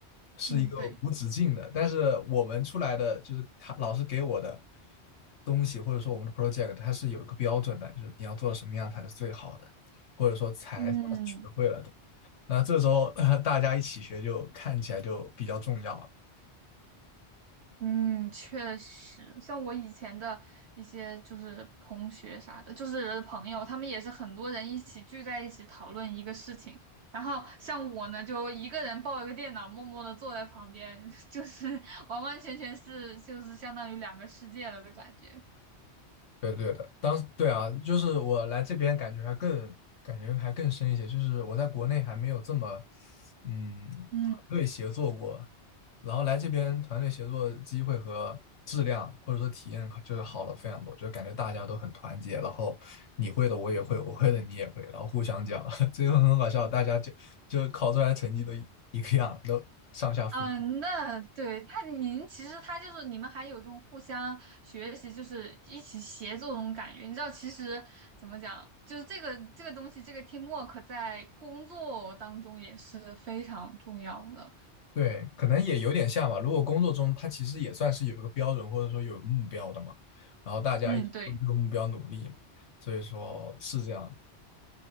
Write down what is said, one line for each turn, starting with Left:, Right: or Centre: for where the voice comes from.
Left: 是一个无止境的。
Right: 嗯，对。
Left: 但是我们出来的就是他老师给我的东西，或者说我们的 project，它是有一个标准的，就是你要做的什么样才是最好的，或者说才算是学会了的。
Right: 嗯
Left: 那这时候，<laughs> 大家一起学就看起来就比较重要了。
Right: 嗯，确实，像我以前的一些就是同学啥的，就是朋友，他们也是很多人一起聚在一起讨论一个事情。然后像我呢，就一个人抱一个电脑，默默的坐在旁边，<laughs> 就是完完全全是就是相当于两个世界了的感觉。
Left: 对的对的，当对啊，就是我来这边感觉还更感觉还更深一些，就是我在国内还没有这么嗯团队协作过，
Right: 嗯
Left: 然后来这边团队协作机会和质量或者说体验就是好了非常多，就感觉大家都很团结，然后你会的我也会，我会的你也会，然后互相讲，<laughs> 最后很搞笑，大家就就考出来成绩都一一个样，都上下浮。
Right: 嗯，那对他，您其实他就是你们还有这种互相学习，就是一起协作这种感觉。你知道，其实怎么讲，就是这个这个东西，这个 teamwork 在工作当中也是非常重要的。
Left: 对，可能也有点像吧。如果工作中他其实也算是有一个标准，或者说有一个目标的嘛，然后大家一起为这个目标努力嘛，
Right: 嗯，对。
Left: 所以说是这样。